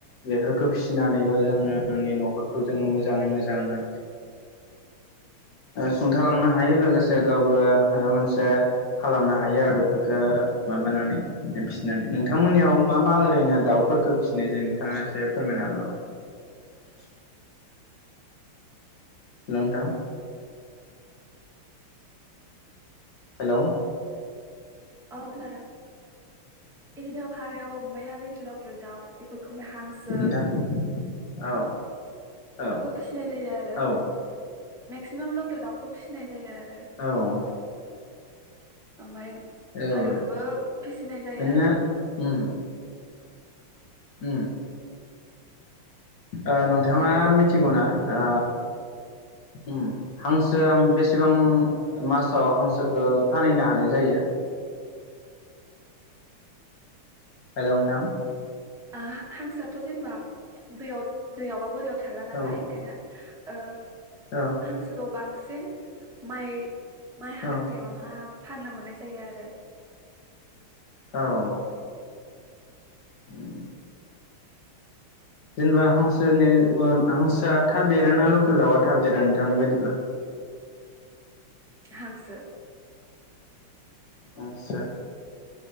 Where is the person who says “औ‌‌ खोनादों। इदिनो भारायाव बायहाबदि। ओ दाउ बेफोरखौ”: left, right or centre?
Centre